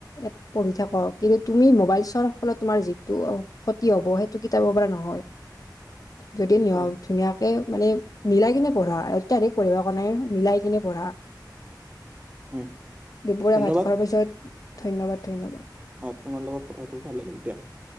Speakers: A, on the left; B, on the right.
A: এ পঢ়ি থাক কিন্তু তুমি মোবাইল চোৱাৰ ফলত তোমাৰ যিটো অ' ক্ষতি হ'ব সেইটো কিতাব পৰা নহয়, যদি নিয়
B: হয়
A: ধুনীয়া মানে মিলাই কিনে পঢ়া, অত্যাধিক পঢ়িবা কোৱা নাই এই মিলাই কিনে পঢ়া।
B: হয়
A: দুপৰীয়া
B: ধন্যবাদ
A: ভাত খোৱাৰ পিছত। ধন্যবাদ-ধন্যবাদ।
B: অহ, তোমাৰ লগত কথা পাতি ভাল লাগিল দিয়া।